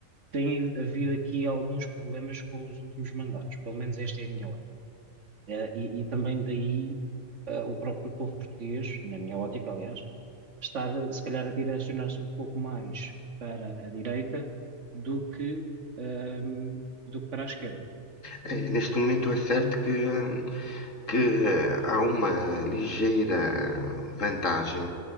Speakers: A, on the right (about 60°); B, on the left (about 65°).
A: tem havido aqui alguns problemas com os últimos mandatos, pelo menos esta é a minha ótica. Eh, e, e também daí, eh, o próprio povo português, na minha ótica, aliás, estar eh, se calhar a direcionar-se um pouco mais para a direita do que, ehm, do que para a esquerda.
B: É, Neste momento é certo que, eh, que eh, há uma ligeira vantagem